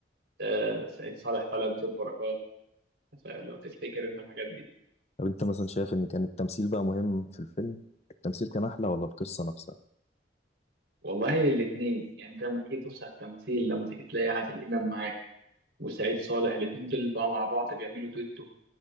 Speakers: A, on the right; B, on the left.
A: آه، سعيد صالح طالع بدور بركات لو تفتكر انت الحاجات دي
B: طب انت مثلا شايف ان كان التمثيل بقى مهم في الفيلم التمثيل كان احلى ولا القصه نفسها
A: والله الاثنين يعني انت لما تيجي تبص على التمثيل لما تيجي تلاقي عادل امام معاك وسعيد صالح الاثنين دول بقى مع بعض بيعملوا دويتو